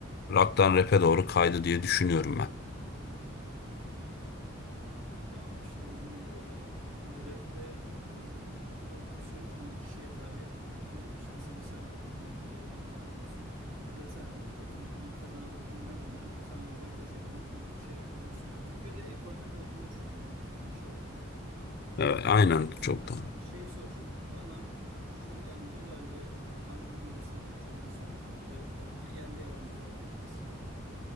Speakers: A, on the left (about 50°); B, on the right (about 75°).
A: rock'tan rap'e doğru kaydı diye düşünüyorum ben.
B: Ya abi işte dediğim gibi o da hani rapte e, prodüksiyon için iki kişi yeterli ya. Yani bir işte senin sample'larını, beatlerini yapan adam olsun. Bir de sen ol. Zaten beat yazan adam ünlenmiyor. Sen de oradan köşeye dönüp bu- şey yapabiliyorsun. Yani Türkiye'de ekonomik olduğunu düşünüyorum ben bütün bu işlerin.
A: Evet, aynen
B: Peki sana
A: çok doğru.
B: şey soracağım. Bana şöyle hani güzel bir albüm ya da sanatçı önersene rapte. Yani yerli yabancı fark etmez.